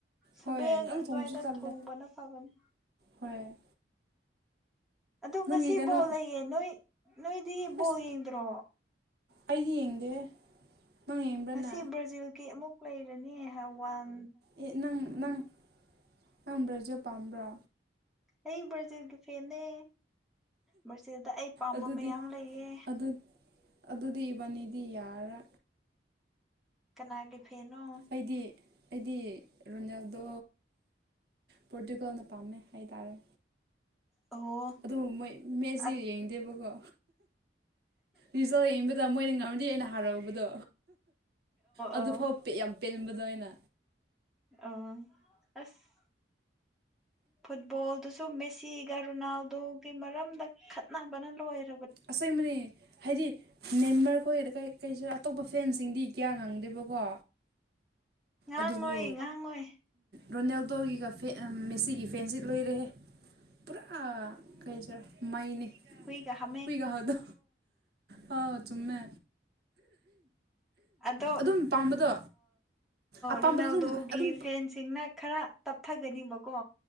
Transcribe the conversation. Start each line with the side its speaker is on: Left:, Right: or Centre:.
Centre: ꯁꯕꯦꯟ
Right: ꯍꯣꯏ ꯉꯟꯅ
Centre: ꯑꯗꯨꯋꯥꯏꯗ
Right: ꯊꯣꯡꯕꯁꯨ ꯇꯜꯂꯦ
Centre: ꯊꯣꯡꯕꯅ ꯐꯕꯅꯤ
Right: ꯍꯣꯏ
Centre: ꯑꯗꯣ ꯉꯁꯤ
Right: ꯅꯪꯒꯤ ꯀꯩꯅꯣ
Centre: ꯕꯣꯜ ꯂꯩꯌꯦ ꯅꯣꯏ ꯅꯣꯏꯗꯤ ꯕꯣꯜ
Right: ꯑꯁ
Centre: ꯌꯦꯡꯗ꯭ꯔꯣ
Right: ꯑꯩꯗꯤ ꯌꯦꯡꯗꯦ ꯅꯪ ꯌꯦꯡꯕ꯭ꯔꯅꯦ
Centre: ꯉꯁꯤ ꯕ꯭ꯔꯥꯖꯤꯜꯒꯤ ꯑꯃꯨꯛ ꯂꯩꯔꯅꯤ ꯍꯋꯥꯟ
Right: ꯑꯦ ꯅꯪ ꯅꯪ ꯅꯪꯕ꯭ꯔꯖ ꯄꯥꯝꯕ꯭ꯔꯣ
Centre: ꯑꯩ ꯕ꯭ꯔꯥꯖꯤꯜꯒꯤ ꯐꯦꯟꯅꯦ ꯕ꯭ꯔꯥꯖꯤꯜꯗ ꯑꯩ ꯄꯥꯝꯕ
Right: ꯑꯗꯨꯗꯤ
Centre: ꯃꯌꯥꯝ ꯂꯩꯌꯦ
Right: ꯑꯗꯨ ꯑꯗꯨꯗꯤ ꯏꯕꯥꯅꯤꯗꯤ ꯌꯥꯔꯥ
Centre: ꯀꯅꯥꯒꯤ ꯐꯅꯣ
Right: ꯑꯩꯗꯤ ꯑꯩꯗꯤ ꯔꯣꯅꯦꯜꯗꯣ ꯄꯣꯔꯇꯨꯒꯜꯅ ꯄꯥꯝꯃꯦ ꯍꯥꯏꯇꯥꯔꯦ
Centre: ꯑꯣ
Right: ꯑꯗꯨꯕꯨ ꯃꯣꯏ ꯃꯦꯠꯁꯤ
Centre: ꯑꯣ
Right: ꯌꯦꯡꯗꯦꯕꯀꯣ ꯔꯤꯖꯜ ꯌꯦꯡꯕꯗ ꯃꯣꯏꯅ ꯉꯝꯗꯤ ꯑꯩꯅ ꯍꯥꯏꯔꯛꯕꯗꯣ ꯑꯗꯨ
Centre: ꯑꯣ
Right: ꯐꯥꯎ ꯌꯥꯝ ꯄꯦꯟꯕꯗꯣ ꯑꯩꯅ
Centre: ꯑ ꯑꯁ ꯐꯨꯠꯕꯣꯜꯗꯨꯁꯨ ꯃꯦꯁꯤꯒ ꯔꯣꯅꯥꯜꯗꯣꯒꯤ ꯃꯔꯝꯗ ꯈꯠꯅꯕꯅ ꯂꯣꯏꯔꯦ
Right: ꯑꯁꯦꯡꯕꯅꯦ ꯍꯥꯏꯗꯤ ꯃꯦꯝꯕꯔ ꯈꯣꯏ ꯀꯩꯁꯨ ꯑꯇꯣꯞꯄ ꯐꯦꯟꯁꯤꯡꯗꯤ ꯀꯌꯥ ꯉꯪꯗꯦꯕꯀꯣ
Centre: ꯉꯥꯡꯉꯣꯏ
Right: ꯑꯗꯨꯕꯨ
Centre: ꯉꯥꯡꯉꯣꯏ
Right: ꯔꯣꯅꯦꯜꯗꯣꯒꯤꯒ ꯃꯦꯁꯤꯒꯤ ꯐꯦꯟꯁꯤ ꯂꯣꯏꯔꯦꯍꯦ ꯄꯨꯔꯥ ꯀꯩꯖꯔ ꯃꯥꯏꯅꯤ
Centre: ꯍꯣꯏꯒ ꯍ
Right: ꯍꯏꯒꯗꯣ ꯑꯥ ꯆꯨꯝꯃꯦ
Centre: ꯑꯗꯣ
Right: ꯑꯗꯨꯝ ꯄꯥꯝꯕꯗꯣ ꯑꯄꯥꯝꯕꯗꯣ
Centre: ꯔꯣꯅꯥꯗꯣꯒꯤ
Right: ꯑꯗꯨꯝ ꯑꯗꯨꯝ
Centre: ꯐꯦꯟꯁꯤꯡꯅ ꯈꯔ ꯇꯞꯊꯒꯅꯤꯕꯀꯣ